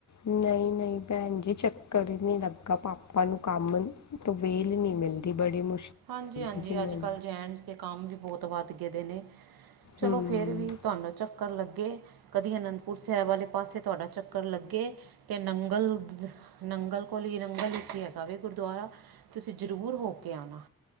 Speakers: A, on the left (about 50°); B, on the right (about 80°).
A: ਨਹੀਂ, ਨਹੀਂ ਭੈਣ ਜੀ। ਚੱਕ ਨੀ ਲੱਗਾ ਪਾਪਾ ਨੂੰ ਕੰਮ ਤੋਂ ਵੇਲ ਨੀ ਮਿਲਦੀ। ਬੜੀ ਮੁਸ਼ਕਿਲ
B: ਹਾਂਜੀ, ਹਾਂਜੀ।
A: ਦੀ ਜੀ ਮੈਨੂੰ
B: ਅੱਜ ਕੱਲ੍ਹ ਜੈਟਸ ਦੇ ਕੰਮ ਵੀ ਬਹੁਤ ਵੱਧ ਗਏ ਦੇ ਨੇ। ਚਲੋ
A: ਹਮ
B: ਫੇਰ ਵੀ ਤੁਹਾਨੂੰ ਚੱਕਰ ਲੱਗੇ ਕਦੀ ਅਨੰਦਪੁਰ ਸਾਹਿਬ ਵਾਲੇ ਪਾਸੇ ਤੁਹਾਡਾ ਚੱਕਰ ਲੱਗੇ ਤੇ ਨੰਗਲ ਨੰਗਲ ਕੋਲ ਹੀ ਨੰਗਲ ਵਿੱਚ ਹੈਗਾ ਵੈ ਗੁਰਦੁਆਰਾ। ਤੁਸੀਂ ਜ਼ਰੂਰ ਹੋ ਕੇ ਆਣਾ।